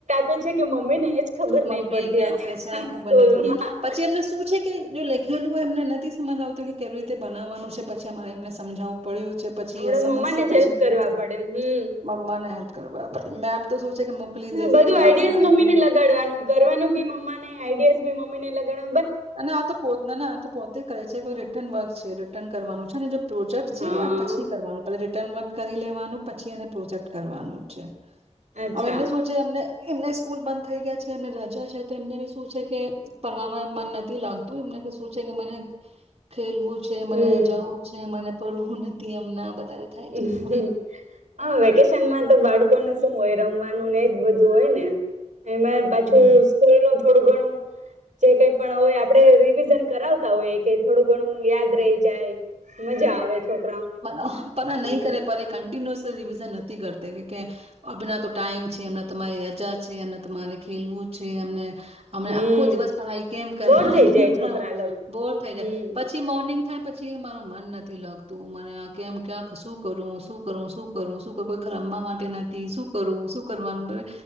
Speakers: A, on the right; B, on the right.
A: પે છે કે મમ્મીને એ જ ખબર
B: મમ્મીને
A: નહી પડતી
B: આપે
A: હતી
B: છે આ ખબર
A: સ્કૂલમાં.
B: નથી બધી પછી એમને શું છે જો લખેલું હોય એમને નથી સમજ આવતું કે કેવી રીતે બનાવવાનું છે પછી અમારે એમને સમજો. પડ્યું છે પછી
A: આપડે
B: સમજશે
A: મમ્માને જ
B: પછી
A: હેલ્પ કરવા પડે હમ હમ,
B: મમ્માને હેલ્પ તબ મેમ તો શું છે કે મોકલી દે.
A: બધું
B: છે કે
A: આઈડિયાઝ
B: આ તમારે
A: મમ્મીને
B: કરવું
A: લગાડવાનું કરવાનું બી મમ્માને, આઈડિયાઝ બી મમ્મા ને ને લગણ
B: અને આ તો પોત ના ના આ તો પોતે કરે છે કોઈ રિટર્ન વર્ક છે રિટર્ન કરવાનું છે ને જે પ્રોજેક્ટ
A: હા
B: છે આ પછી કરવાનું. પેલે રિટર્ન વર્ક કરી લેવાનું પછી એને પ્રોજેક્ટ કરવાનું. છે.
A: અચ્છા
B: અમે એમને સોચે એમને એમનેસ સ્કૂલ બંધ થઈ ગયા છે અને રજા છે તો એમને બી શું છે કે પવામાં મન ન થી લાગતું એમને કે શું છે કે મને ખેલવું છે મને
A: હમ
B: જવું છે મને પડવું નથી એમના. વધારે થાય
A: હમ્મ
B: છે એમનું
A: હા વેકેશનમાં તો બાળકોને શું હોય રમવાનું ને એ જ બધું હોય ને. એમાએ પાછું
B: હમ
A: સ્કૂલ રો થોડું ઘણું જે કઈ પણ હોય આપણે રિવિઝન કરાવતા હોયએ કે થોડું ઘણું યાદ રહી જાય. મજા આવે છોકરાઓને.
B: પન આ
A: હમ
B: નહી કરે પર એ કન્ટિન્યુસ સ રિવિઝન નથી કરતે કે કે અપના તો ટાઈમ છે એમ તમારી રજા છે એમને તમારે ખેલવું છે એમને એ અમે
A: હમ
B: આખો દિવસ પડાઈ કેમ કરવાની
A: બોર થઈ જાય
B: હમણાં
A: છોકરા લોક
B: બોર થઈ
A: હમ
B: જાય પછી મોર્નિંગ થાય પછી માર મન નથી લાગતું મને આ કેમ ક્યાંક શું કરું શું કરું શું કરું શું કોઈર રમવા માટે નથી શું કરું શું કરવાનું.